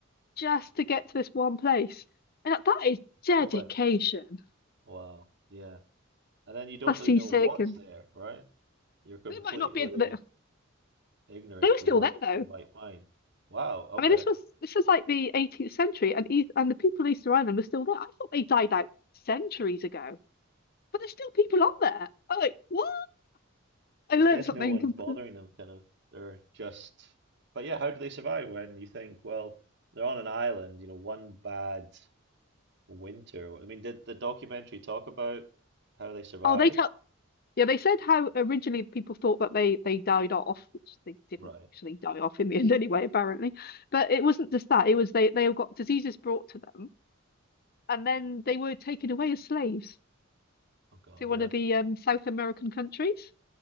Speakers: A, on the left; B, on the right.
A: just to get to this one place. And that, that is dedication.
B: <laughs> oh wa- wow yeah and then you don't
A: That's
B: really
A: seasick
B: know what's
A: and
B: there right you're completely
A: they might not be they
B: ignorant
A: they were
B: to
A: still
B: what
A: there though.
B: you might find wow okay
A: I mean, this was this was like the 18th century, and East, and the people in Easter Island were still there. I thought they died out centuries ago, but there's still people on there. I'm like, what? I learned
B: I guess
A: something.
B: no one's
A: <laughs> comple-
B: bothering them kind of they're just but yeah how do they survive when you think well they're on an island you know one bad winter I mean did the documentary talk about how they survived
A: Oh, they tell. Yeah, they said how originally people thought that they they died off, which they didn't
B: right
A: actually die off in the end anyway, apparently. But it wasn't just that; it was they they all got diseases brought to them, and then they were taken away as slaves
B: Oh God,
A: to one
B: yeah.
A: of the um, South American countries.